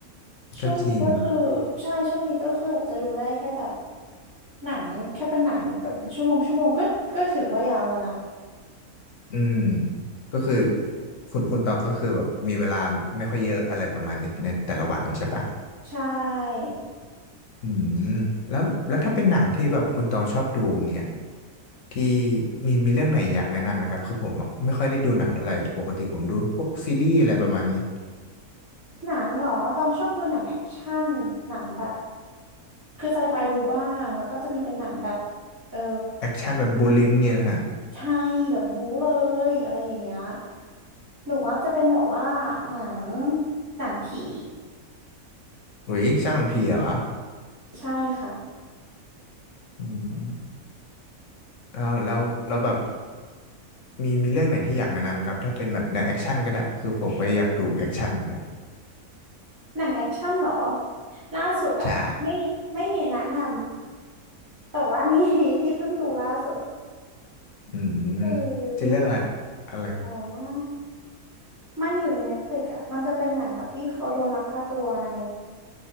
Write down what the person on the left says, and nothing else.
ก็จริง
อืมก็คือคุณคุณตองก็คือแบบมีเวลาไม่ค่อยเยอะอะไรประมาณนี้ในแต่ละวันใช่ปะ
อืมแล้วแล้วถ้าเป็นหนังที่แบบคุณตองชอบดูอย่างเงี้ยที่มีมีเรื่องไหนอยากแนะนำไหมครับคือผมอะไม่ค่อยได้ดูหนังเท่าไหร่ปกติผมดูพวกซีรีส์อะไรประมาณนี้
แอคชั่นแบบบูลลิมเงี้ยนะฮะ
อุ๊ยชอบหนังผีเหรอ
อืมแล้วแล้วแล้วแบบมีมีเรื่องไหนที่อยากแนะนำไหมครับถ้าเป็นแบบแนวแอคชั่นก็ได้คือผมก็อยากดูแอคชั่นเหมือนกัน
ใช่
อืม
ชื่อเรื่องอะไรอะไร